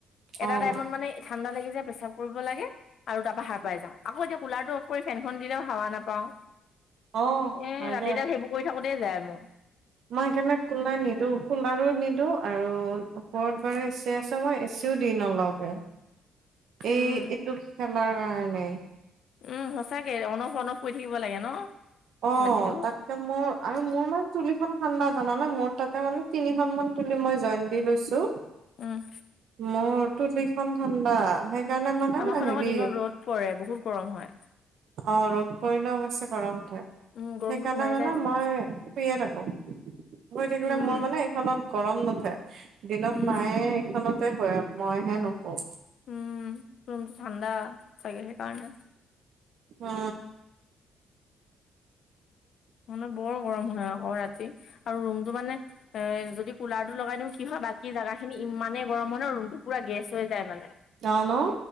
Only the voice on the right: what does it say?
অ
অ
হয়
দে
মই সেইকাৰণে কোলাৰ নিদো কোলাৰো নিদো আৰু ওপৰত ব আছে মই এচিও দি নলগে, এই
এইটো খেলাৰ কাৰণে।
অ'
তাক মোৰ আৰু মোৰ মানে তুলিখন ঠাণ্ডা জান ন মোৰ তাতে মানে তিনিখন মান তুলি মই জইন দি লৈছো।
মোৰ তুলিখন ঠাণ্ডা সেইকাৰণে মানে
হেৰি
অ' ৰ'দ পৰিলে অৱশ্যে গৰম উঠে,
সেইকাৰণে
মানে
মই শুয়ে থাকো, শুই থাকিলে
মোৰ মানে এইখনত গৰম নুঠে। দিনত
মায়ে এইখনতে শুয়ে। মইহে নুশু।
হু।
অ', ন।